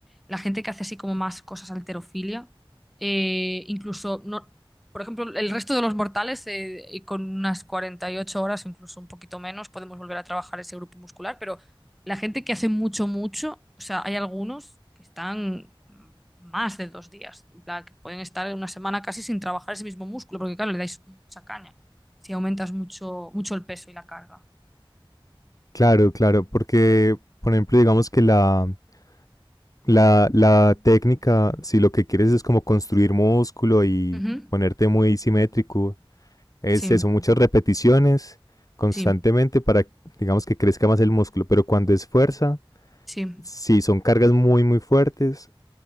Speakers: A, in the centre; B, on the left.
A: la gente que hace así como más cosas alterofilia, eh, incluso, no, por ejemplo, el resto de los mortales, eh, y con unas 48 horas, incluso un poquito menos, podemos volver a trabajar ese grupo muscular, pero la gente que hace mucho, mucho, o sea, hay algunos que están más de dos días, en plan, que pueden estar una semana casi sin trabajar ese mismo músculo, porque claro, le dais mucha caña si aumentas mucho, mucho el peso y la carga.
B: Claro, claro, porque por ejemplo, digamos que la, la, la técnica, si lo que quieres es como construir músculo y
A: Ujú.
B: ponerte muy simétrico, es
A: Sí,
B: eso, muchas repeticiones constantemente
A: sí.
B: para, digamos, que crezca más el músculo, pero cuando es fuerza,
A: Sí,
B: sí, son cargas muy, muy fuertes